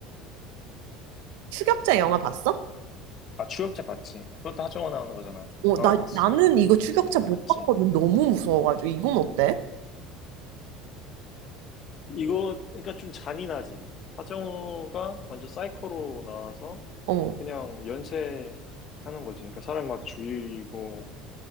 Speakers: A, on the right; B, on the left.
A: 추격자 영화 봤어?
B: 아, 추격자 봤지. 그것도 하정우 나오는 거잖아.
A: 어,
B: 어,
A: 나
B: 봤어.
A: 나는 이거 추격자
B: 그거
A: 못
B: 봤지.
A: 봤거든. 너무 무서워가지고 이건 어때?
B: 이거, 그러니까 좀 잔인하지. 하정우가 완전 사이코로 나와서
A: 어.
B: 그냥 연쇄하는 거지. 그러니까 사람 막 죽이고,